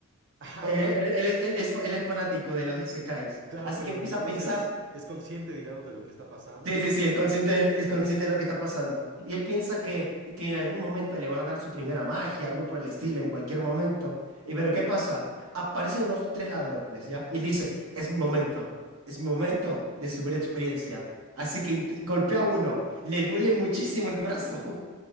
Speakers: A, on the right; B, on the right.
A: Ah,
B: Eh,
A: bueno,
B: él, él es, él es- él es fanático de los isekais,
A: claro,
B: así
A: pero
B: que empieza
A: digamos
B: a pensar,
A: es, es consciente, digamos, de lo que está pasando,
B: sí,
A: más
B: sí, sí,
A: o
B: es
A: menos.
B: consciente, del- es consciente de lo que está pasando. Y él piensa que, que en algún momento le van a dar su primera magia, algo por el estilo, en cualquier momento. Y pero ¿qué pasa? Aparecen unos tres ladrones, ¿ya? Y él dice, es mi momento, es mi momento de subir experiencia. Así que int- golpea a uno, le duele muchísimo el brazo